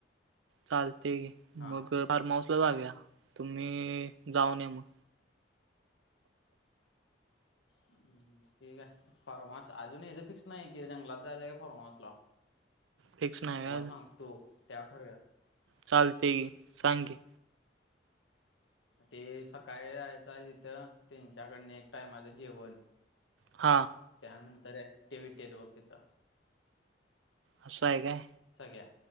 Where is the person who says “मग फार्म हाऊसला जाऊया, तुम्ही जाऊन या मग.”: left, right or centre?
Right